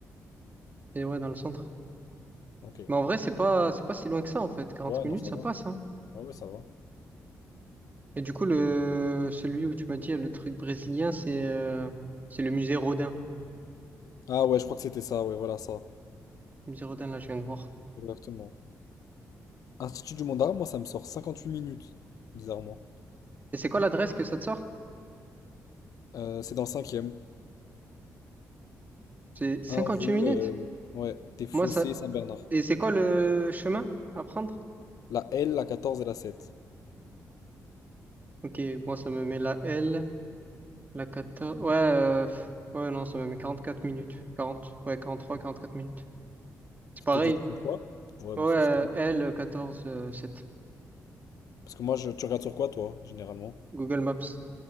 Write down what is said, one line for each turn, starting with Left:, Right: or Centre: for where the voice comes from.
Right: C'est, ouais, dans le centre.
Left: Ok.
Right: Mais en vrai, c'est pas, c'est pas si loin que ça, en fait. quarante
Left: Ouais,
Right: minutes,
Left: non, ça
Right: ça
Left: va.
Right: passe, hein.
Left: Ouais, ouais, ça va.
Right: Et du coup, le celui où tu m'as dit le truc brésilien, c'est euh, c'est le musée Rodin.
Left: Ah ouais, je crois que c'était ça, ouais, voilà ça.
Right: Le musée Rodin, là, je viens de voir.
Left: Exactement. Institut du Monde Arabe, moi ça me sort 58 minutes, bizarrement.
Right: Et c'est quoi l'adresse que ça te sort?
Left: Euh, c'est dans le cinquième.
Right: C'est 58
Left: 1 rue,
Right: minutes.
Left: euh, ouais, des Fossés
Right: Moi, ça.
Left: Saint-Bernard.
Right: Et c'est quoi le chemin à prendre?
Left: La L, la 14 et la 7.
Right: Ok, moi, ça me met la L, la quatorze Ouais, euh, pff, ouais, non, ça me met 44 minutes. quarante ouais, quarante-trois quarante-quatre minutes. C'est
Left: Ça
Right: pareil.
Left: te dit trop fois Ouais,
Right: Ouais,
Left: ben
Right: euh,
Left: ça c'est pas mal.
Right: L, 14 euh, 7.
Left: Parce que moi, je, tu regardes sur quoi toi, généralement?
Right: Google Maps.